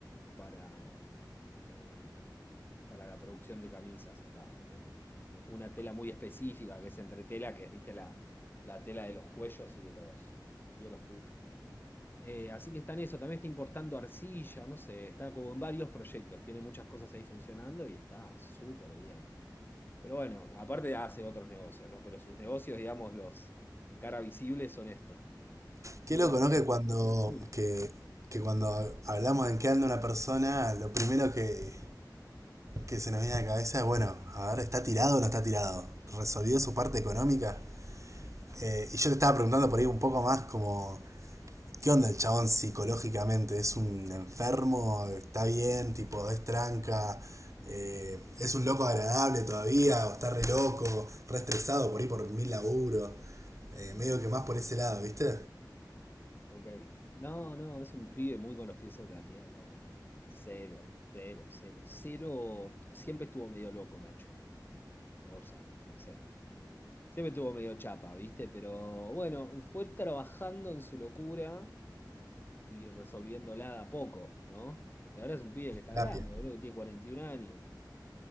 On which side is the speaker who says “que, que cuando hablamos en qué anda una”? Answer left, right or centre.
Right